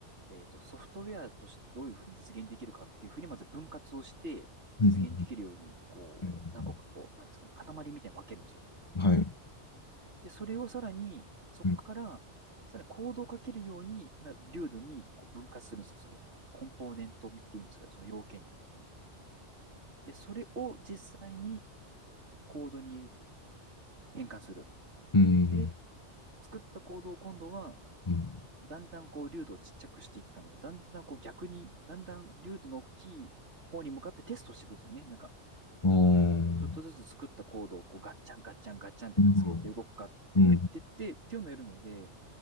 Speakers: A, on the right; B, on the left.
A: えっと、ソフトウェアとしてどういうふうに実現できるかっていうふうに、まず分割をして、実現できるように、
B: うん、
A: こう、
B: うん、
A: 何個かこう、なんですかね、塊みたいに分けるんですよ。
B: うんはい。
A: で、それをさらに、そこから、
B: うん、
A: さらにコードをかけるようにな、流度にこう分割するんですよ。その、コンポーネントっていうんですけど、その要件に。で、それを実際コードに変換する。
B: うん、
A: で、作ったコードを今度は
B: うん。うん。
A: だんだんこう、粒度をちっちゃくしていったのを、だんだんこう逆に、だんだん粒度の大きい方に向かってテストしていくんですよね。なんか、
B: あー
A: ちょっとずつ作ったコードをこうガッチャンガッチャンガッチャンってくっつけて動くかっていうなってって、
B: なるほどうん。
A: っていうのをやるので、